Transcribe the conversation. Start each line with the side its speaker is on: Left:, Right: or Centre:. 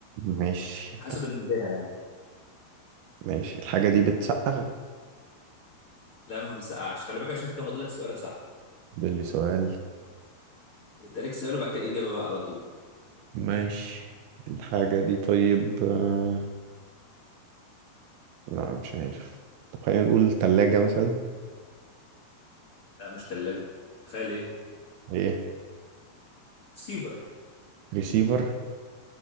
Right: ماشي
Left: حسب
Right: طب
Left: الميزان
Right: ماشي الحاجة دي بتسقع
Left: لا ما بيسقعش خلي بالك عشان كده فاضلك سؤال صح
Right: ده اللي سؤال
Left: انت ليك سؤال وبعد كده الاجابه بقى على طول
Right: ماشي الحاجة دي طيب آه، لا مش عارف طب خلينا نقول تلاجة مثلا
Left: لا مش ثلاجه تخيل ايه
Right: ايه
Left: سيفر
Right: ريسيفر